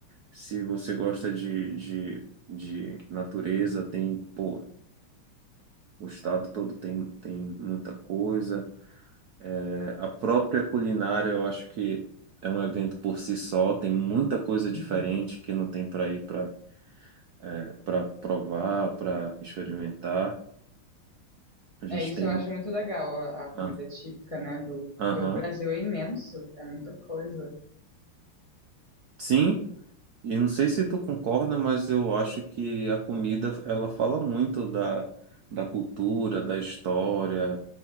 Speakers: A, on the right; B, on the left.
A: Se você gosta de, de, de natureza, tem, pô, o estado todo tem, tem muita coisa. É, a própria culinária, eu acho que é um evento por si só, tem muita coisa diferente
B: Uhum.
A: que não tem para ir para é, para provar, para experimentar. A gente
B: É isso,
A: tem.
B: eu acho muito legal a, a comida
A: Ah,
B: típica, né? Do,
A: aham.
B: porque o Brasil é imenso, é muita coisa.
A: Sim, E não sei se tu concorda, mas eu acho que a comida ela fala muito da, da cultura, da história,